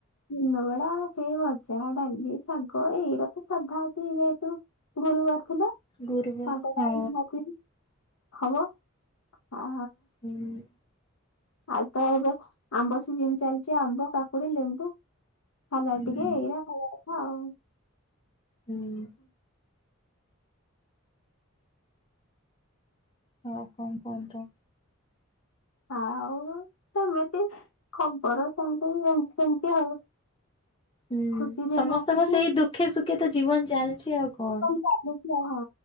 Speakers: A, on the left; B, on the left.
A: ଦିନ ବେଳା ସେଇ ଭଜା ଡାଲି ଶାଗ ଏଇରା ତ ସାଧା। <inaudible> ଗୁରୁବାର ଥିଲା
B: ଗୁରୁବାର
A: ଶାଗ
B: ହଁ
A: ଟା ନିହାତି। ହବ ଆ
B: ହୁଁ।
A: ଆଉ ତ ଏବେ ଆମ୍ବ ସିଜିନ ଚାଲିଛି ଆମ୍ବ କାକୁଡି ଲେମ୍ବୁ। ସାଲାଟ
B: ହୁଁ
A: ଟିକେ ଏଇରା ଖାଇବା କଥା ଆଉ।
B: ହୁଁ। ଅହ <inaudible>
A: ଆଉ ସେମିତି ଖବର ସେମିତି ଯେମିତି ସେମିତି ଆଉ।
B: ହୁଁ
A: ଖୁସି ଦିନ
B: ସମସ୍ତଙ୍କ
A: ଆସିଛି
B: ସେଇ ଦୁଃଖେ ସୁଖେ ତ ଜୀବନ ଚାଲିଛି ଆଉ। କଣ
A: ଜୀବନ ଚାଲିଛି ଆଉ ହଁ